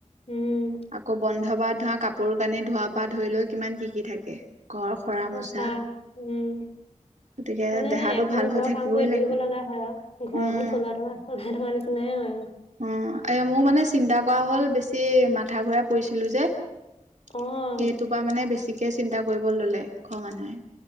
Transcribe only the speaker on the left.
উম।
সঁচা,
উম।
মানে
সেই, এখন
ঘৰৰ
কাম কৰি
থাকিব লগা হয় আৰু ঘৰ
এখন চলোৱা থকা। <unintelligible> থকা নিচিনাই হয় আৰু।
অ',